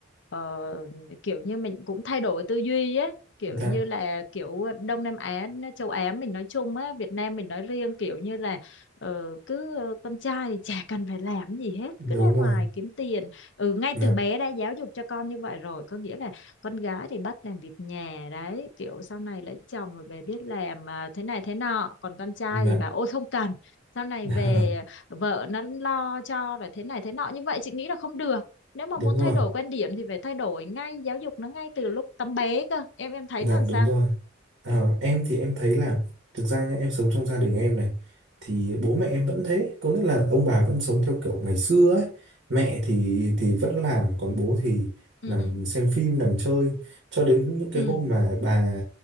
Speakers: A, on the left; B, on the right.
A: ờ, kiểu như mình cũng thay đổi tư duy á kiểu
B: dạ
A: như là kiểu ờ, Đông Nam Á châu Á mình nói chung á Việt Nam mình nói riêng kiểu như là ờ, cứ ờ, con trai thì chả cần phải làm gì hết
B: đúng
A: cứ ra
B: rồi
A: ngoài kiếm tiền ừ, ngay
B: dạ
A: từ bé đã giáo dục cho con như vậy rồi có nghĩa là con gái thì bắt làm việc nhà đấy kiểu sau này lấy chồng rồi về biết làm à, thế này thế nọ còn con trai
B: dạ
A: thì bảo ôi không cần sau này
B: <laughs>
A: về
B: dạ
A: vợ nó lo cho rồi thế này thế nọ như vậy chị nghĩ là không được nếu mà
B: đúng
A: muốn
B: rồi
A: thay đổi quan điểm thì phải thay đổi ngay giáo dục nó ngay từ lúc tấm bé cơ em em thấy
B: Dạ
A: nó làm sao
B: đúng rồi. À, em thì em thấy là thực ra nhá em sống trong gia đình em này thì bố mẹ em vẫn thế, có nghĩa là ông bà vẫn sống theo kiểu ngày xưa ấy. Mẹ thì thì vẫn làm còn bố thì
A: ừ
B: nằm xem phim, nằm chơi cho đến những cái
A: ừ
B: hôm mà bà